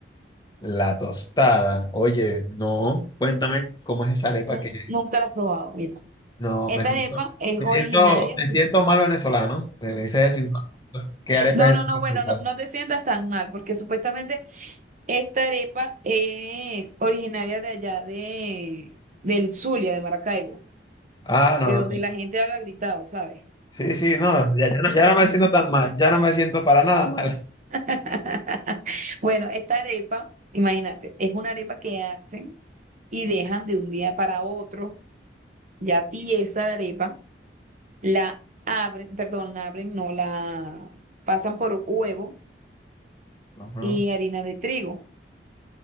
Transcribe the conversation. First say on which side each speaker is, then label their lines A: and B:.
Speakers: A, on the left; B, on the right.
A: La tostada, oye, no, cuéntame cómo es esa arepa
B: Nun-
A: que
B: nunca la has probado, mira.
A: no
B: Esta
A: me siento,
B: arepa es
A: me
B: originaria.
A: siento, me
B: su-
A: siento mal venezolano. Me dices eso y no, ¿qué arepa
B: No,
A: es
B: no, no, bueno,
A: esta?
B: no, no te sientas tan mal, porque supuestamente esta arepa es originaria de allá de, del Zulia, de Maracaibo,
A: Ah, no,
B: de donde
A: no.
B: la gente habla gritado, ¿sabes?
A: Sí, sí, no, ya, ya no, ya no me siento tan mal, ya no me siento para nada mal.
B: <laughs> Bueno, esta arepa, imagínate, es una arepa que hacen y dejan de un día para otro, ya tiesa la arepa, la abren, perdón, la abren, no la pasan por huevo
A: Ajá.
B: y harina de trigo.